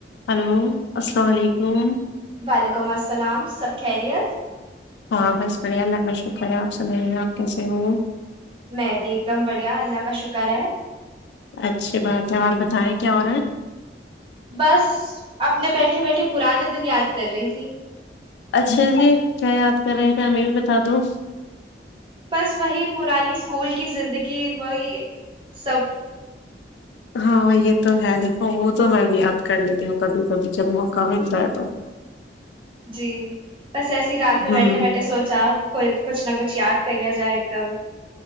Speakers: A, on the left (about 75°); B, on the right (about 30°).
A: <unintelligible>
B: وعلیکم السلام سب خیریت
A: ہاں بس بڑھیا اللہ بہت شکر ہے آپ سن رہے ہیں آپ کیسے ہو
B: میں بھی ایک دم بڑھیا اللہ کا شکر ہے
A: اچھی بات ہے اور بتائیں کیا ہو رہا ہے
B: بس اپنے بیٹھے بیٹھے پرانے دن یاد کر رہی تھی
A: اچھا جی کیا یاپ کر رہے تھے ہمیں بھی بتا دو
B: بس وہی پرانی اسکول کی زندگی وہی سب
A: ہاں یہ تو ہے دیکھو وہ تو میں بھی یاد کر لیتی ہوں کبھی کبھی جب موقع ملتا ہے تو
B: جی بس ایسے ہی رات پہ
A: ہوں
B: بیٹھے بیٹھے سوچا کو کچھ نہ کچھ یاد کریا جائ ایک دم